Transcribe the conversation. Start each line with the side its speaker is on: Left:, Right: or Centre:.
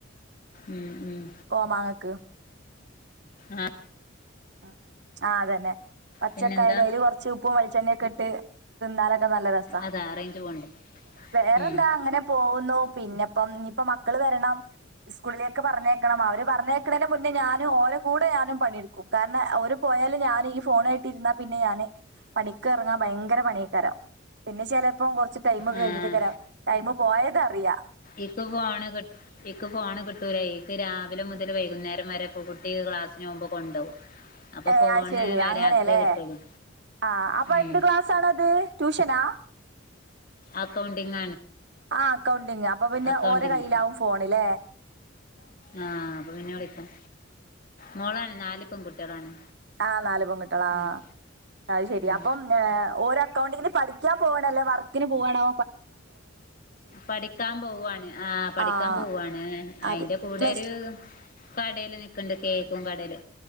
Left: ഉം ഉം
Right: കോമാങ്ങക്ക്
Left: ആഹ
Right: ഉ ആ അതന്നെ പച്ചക്കായലതില്
Left: പിന്നെന്താ
Right: കൊറച്ച് ഉപ്പും വെളിച്ചെണ്ണയൊക്കെ ഇട്ട് തിന്നാല നല്ല രസ
Left: അതാ റേഞ്ച് പോണ്ട്
Right: വേറെന്താ
Left: ഉം
Right: അങ്ങനെ പോകുന്നു പിന്നെപ്പം ഇയിപ്പ മക്കള് വരണം സ്കൂളിലേക്കെ പറഞ്ഞേക്കണം അവര് പറഞ്ഞേക്കണതി മുന്നേ ഞാൻ ഓര കൂടെ ഞാനും പണിയെടുക്കും കാരണം ഓരു പോയാലും ഞാൻ ഈ ഫോണായിട്ടരുന്ന പിന്നെ ഞാന് പണിക്ക് ഇറങ്ങാൻ ഭയങ്കര പണി കരം പിന്നെ ചില പ്പം കുറച്ച് ടൈമ കഴിഞ്ഞിട്ട്ക്കരാം
Left: ആഹ്
Right: ടൈമ പോയത് അറിയാം
Left: ഇക്ക ഫോണ് ക ഇക്ക ഫോണ് കിട്ടൂരായി ക്ക് രാവിലെ മുതൽ വൈകുന്നേരം വരെ കുട്ടി ക്ലാസ്സിന് പോകുമ്പോ കൊണ്ടാവും അപ്പൊ
Right: ഏ
Left: ഫോണ്
Right: അത് ശെരി അങ്ങനെയല്ലേ
Left: രാത്രിയേ കിട്ടുള്ളൂ
Right: ആ അപ്പൊ
Left: ഉം
Right: എന്ത് ക്ലാസ് ആണത് ട്യൂഷനാ
Left: അക്കൗണ്ടിംഗ
Right: ആ അക്കൗണ്ടിങ് അപ്പൊ പിന്നെ
Left: അക്കൗണ്ടിങ്
Right: ഓരോ കയ്യിലാവും ഫോണല്ലേ
Left: ആ് അപ്പൊ പിന്നെ വിളിക്കാം മോളാണ് നാല പെൺകുട്ടികളാണ്
Right: ആഹ് നാല് പൊങ്കിട്ടള ആ
Left: ആഹ്
Right: അത് ശെരി
Left: ഉം
Right: അപ്പം ഓര് അക്കൗണ്ടിനെ പഠി ക്കാൻ പോകണല്ലേ വർക്കി പോണോ
Left: പഠിക്കാൻ പോവാണ് ആ പഠിക്കാൻ
Right: ആഹ്
Left: പോവുവാണ്
Right: അതെ
Left: അയിന്റെ കൂടെ
Right: പ്ലസ്
Left: കടേല് നക്കണ്ട് കേക്കും കടേല്